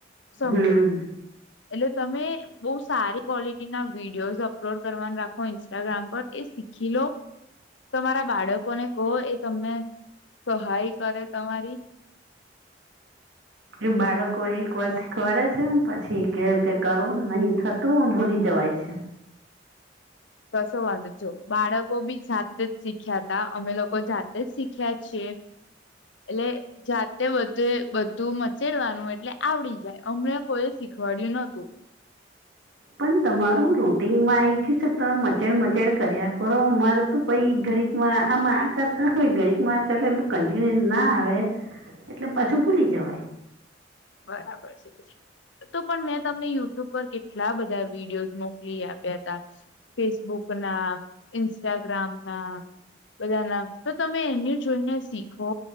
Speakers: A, on the left; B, on the right.
A: સમજો,
B: હમ
A: એટલે તમે બવ સારી ક્વોલિટી ના વિડીયોઝ અપલોડ કરવા રાખો ઇન્સ્ટાગ્રામ પર એ શીખી લો તમારા બાળકોને કહો એ તમને સહાય કરે તમારી.
B: એ બાળકો એક વાર શીખવાડે છે એમ પછી કે કરો નહી થતું ભૂલી જવાય છે.
A: કશો વાંધ જો બાળકો બી જાતે જ શીખ્યા તા અમે લોકો જાતે જ શીખ્યા છીએ. <inaudible> એટલે જાતે બધે બધું મચેડવાનું એટલે આવડી જાય અમને કોઈ શીખવાડ્યું નતું.
B: પણ તમારું રૂટીનમાં આવી ગયું છે તમે મચેડ મચેડ કર્યા કરો અમારે તો પહી ઘડીકમાં આમાં આ કરતા હોય, ઘડીકમાં આ કરે એટલું કન્ટિન્યુસ ના આવે. એટલે પાછું ભૂલી જવાય.
A: બરાબર છે. તો પણ મેં તમને યુટ્યુબ પર કેટલા બધા વિડીયો મોકલી આપ્યા હતા. ફેસબુક ના, ઇન્સ્ટાગ્રામ ના બધા ના તો તમે એની જોઈને શીખો.